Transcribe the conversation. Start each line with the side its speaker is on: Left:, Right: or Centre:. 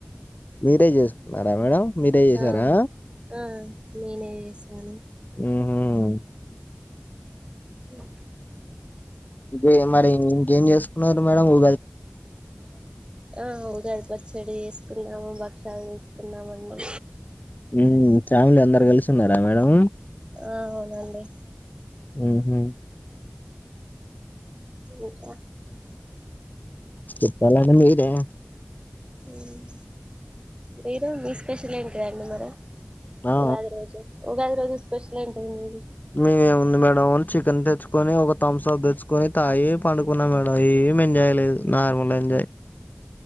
Left: మీరే చేసుకున్నారా మేడం మీరే చేసారా
Right: ఆ ఆ నేనే చేసాను
Left: ఉహూ
Right: ఉమ్
Left: బే మరి ఇంకేం చేసుకున్నారు మేడం ఉ
Right: ఆ ఉగాది పచ్చడి చేసు కున్నాము భక్ష్యాలు చేసుకున్నామండి
Left: ఉమ్ ఫ్యామిలీ అందరు కలిసి ఉన్నారా మేడం
Right: ఆ అవునండి
Left: ఉహూ
Right: ఇంకా
Left: చెప్పాలండి మీరే
Right: ఉమ్ మీరు మీ స్పెషల్ ఏంటిదండి మరి
Left: ఆ
Right: ఉగాది రోజు ఉగాది రోజు స్పెషల్ ఏంటిది మీది
Left: మేము ఏముంది మేడం చికెన్ తెచ్చుకొని ఒక తంసప్ తెచ్చుకొని తాగి పండుకున్నా మేడం ఈ ఏం ఎంజాయ్ లేదు నార్మల్ ఎంజాయ్